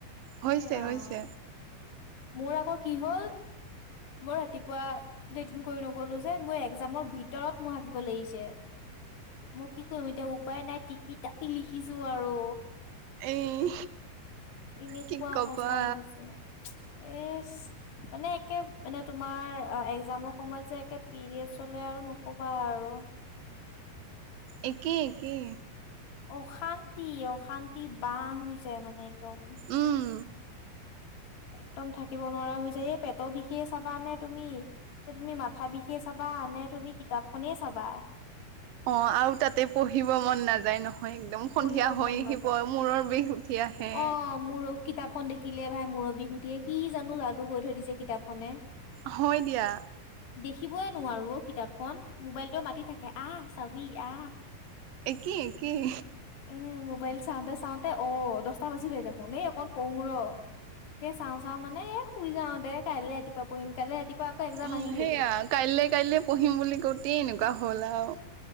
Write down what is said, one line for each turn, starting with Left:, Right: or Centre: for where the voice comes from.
Right: হৈছে
Left: এ ৰাম।
Right: হৈছে
Left: মোৰ আকৌ কি হ'ল মই ৰাতিপুৱা লেটিন কৰি নগলো যে মোৰ একজামৰ ভিতৰত মোৰ হাগিব লাগিছে মই কি কৰিম এতিয়া উপায় নাই টিপি টাপি লিখিছোঁ আৰু।
Right: এই
Left: এনেকুৱা
Right: কি কবা
Left: অৱস্থা হৈ গৈছে এ মানে একে মানে তোমাৰ একজামৰ সময়ত যে একে পিৰিয়েড এয়া আৰু নকবা আৰু।
Right: একেই একেই
Left: অশান্তি অশান্তি বাহ হৈ যায় মানে একদম
Right: উম
Left: একদম থাকিব নোৱাৰা হৈ যায় এই পেটৰ বিষে চাবা নে তুমি, নে তুমি মাথা বিষে চাবা। নে তুমি কিতাপখনেই চাবা
Right: অ আৰু তাতে পঢ়িব মন নাযায় ন। একদম
Left: পঢ়িব
Right: সন্ধিয়া হৈ
Left: মন
Right: আহিব
Left: নাযায়
Right: মূৰৰ বিষ উঠি আহে
Left: অ মোৰো কিতাপখন দেখিলে ভাই মূৰত বিহুটিয়ে কি জানো যাদু কৈ থৈ দিছে কিতাপখনে
Right: হয় দিয়া
Left: দেখিবয়ই নোৱাৰো অ কিতাপখন মোবাইলটো মাতি থাকে আহ, চাবি, আহ।
Right: একেই একেই
Left: এ মোবাইল চাওঁতে চাওঁতে অ দহটা বাজিলে দেখোন এই অকন পয়োং ৰহ সেই চাওঁ চাওঁ মানে এ শুই যাও দে কাইলৈ ৰাতিপোৱা পঢ়িম কালে ৰাতিপুৱা আকৌ এক্জাম
Right: উম
Left: আহিলেই
Right: সেইয়া কাইলে কাইলে পঢ়িম বুলি কওতে এনেকুৱা হ'ল আৰু